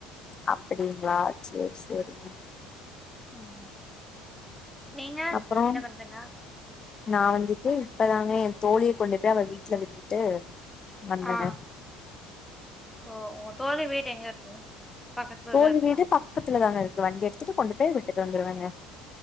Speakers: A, on the left; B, in the centre.
A: அப்டிங்கிளா சேரி சேரிங்க
B: ம் நீங்க
A: அப்றோ
B: என்ன பண்றிங்க
A: நா வந்துட்டு இப்பதாங்க ஏ தோழிய கொண்டு போய் அவ வீட்ல விட்டுட்டு வந்தங்க
B: ஆ ஓ ஒங்க தோழி வீடு எங்க இருக்கு பக்கத்துலதா
A: தோழி
B: இருக்கா
A: வீடு பக்கத்துல தாங்க இருக்கு வண்டி எடுத்துட்டு கொண்டு போய் விட்டுட்டு வந்துருவங்க